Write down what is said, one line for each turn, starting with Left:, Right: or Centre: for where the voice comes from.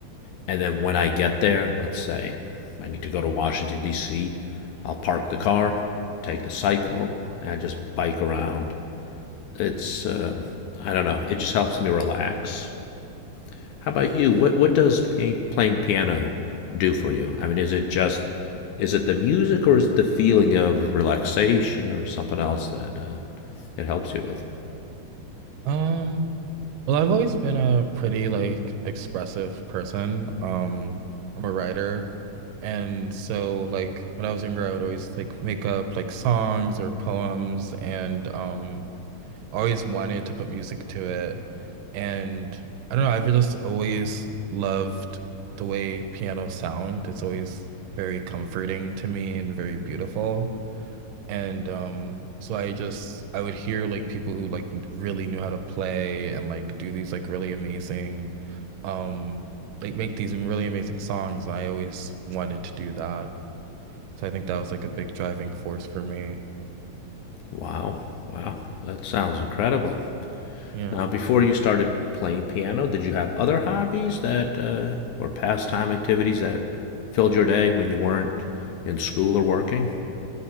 Left: And then when I get there, let's say I need to go to Washington, D.C., I'll park the car, take the cycle, and just bike around. It's, um, I don't know, it just helps me relax. How about you? What, what does playing, playing piano do for you? I mean, is it just, is it the music or is it the feeling of relaxation or something else that uh, it helps you with?
Right: Um Well, I've always been a pretty like expressive person. Um, I'm a writer. And so like when I was younger, I would always like make up like songs or poems and um always wanted to put music to it. And I don't know, I've just always loved the way piano sound. It's always very comforting to me and very beautiful. And um, so I just I would hear like people who like really knew how to play and like do these like really amazing um like make these really amazing songs. I always wanted to do that. So I think that was like a big driving force for me.
Left: Wow, wow, that sounds incredible.
Right: Yeah.
Left: Now, before you started playing piano, did you have other hobbies that uh, or pastime activities that filled your day when you weren't in school or working?